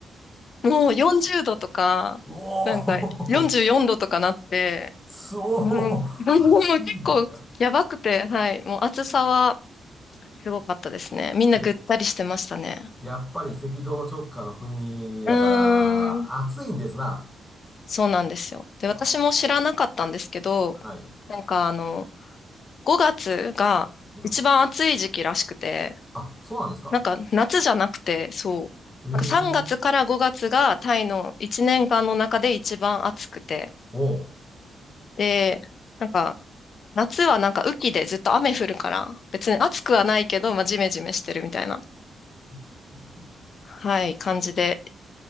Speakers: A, on the left (about 45°); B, in the centre.
A: もう40度とか、
B: <laughs> おー。
A: なんか44度とかなって、
B: そう。
A: もう、<laughs> あもう結構やばくて、
B: 暑いんだ。
A: はい。もう暑さはすごかったですね。みんなぐったりしてましたね。
B: え、やっぱり赤道直下の国やから、
A: うーん。
B: 暑いんですな。
A: そうなんですよ。で、私も知らなかったんですけど、
B: あーはい。
A: なんかあの、5月が一番暑い時期らしくて、
B: うん。あ、そうなんですか。
A: なんか夏じゃなくて、そう。
B: ええ。
A: なんか3月から5月がタイの1年間の中で一番暑くて。
B: おう。
A: で、なんか夏はなんか雨季でずっと雨降るから、別に暑くはないけど、まあジメジメしてるみたいな、
B: <laughs> そうですか
A: はい、感じで。